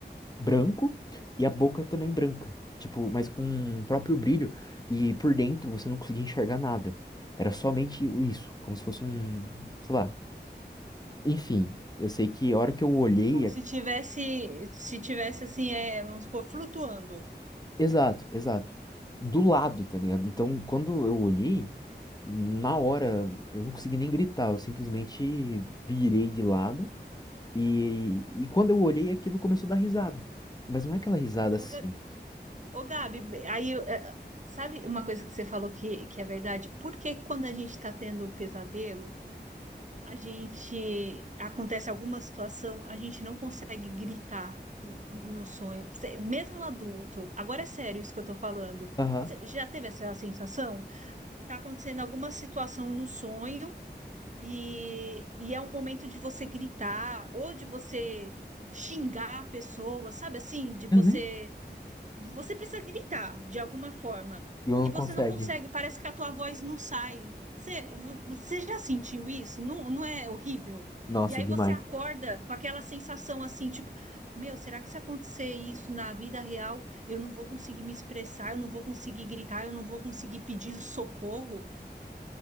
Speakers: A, on the left; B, on the right.
A: branco e a boca também branca. Tipo, mas com o próprio brilho. E por dentro você não conseguia enxergar nada. Era somente o- isso, como se fosse um, sei lá. Enfim, eu sei que a hora que eu olhei.
B: Como se tivesse, se tivesse assim, é, vamos supor, flutuando.
A: Exato, exato. Do lado, tá ligado? Então, quando eu olhei, na hora eu não consegui nem gritar, eu simplesmente virei de lado. E, e quando eu olhei, aquilo começou a dar risada. Mas não é aquela risada assim.
B: Ô, Ga- ô, Gabi, aí, é, sabe uma coisa que você falou que, que é verdade? Por que quando a gente está tendo pesadelo, a gente, acontece alguma situação, a gente não consegue gritar n- no sonho, Cê- mesmo no adulto. Agora é sério isso que eu tô falando.
A: Aham.
B: Você já teve essa sensação? Tá acontecendo alguma situação no sonho E, e é um momento de você gritar ou de você xingar a pessoa, sabe assim? De você.
A: Uhum.
B: Você precisa gritar de alguma forma.
A: E eu não
B: E você
A: consegue.
B: não consegue, parece que a tua voz não sai. Você, vo- você já sentiu isso? Não, não é horrível?
A: Nossa,
B: E aí
A: demais.
B: você acorda com aquela sensação assim, tipo, meu, será que se acontecer isso na vida real, eu não vou conseguir me expressar, eu não vou conseguir gritar, eu não vou conseguir pedir socorro?